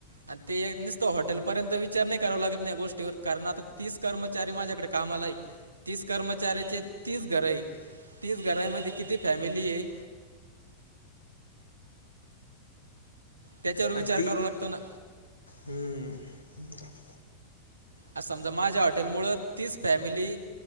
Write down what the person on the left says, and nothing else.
अ ती
हम्म <unintelligible>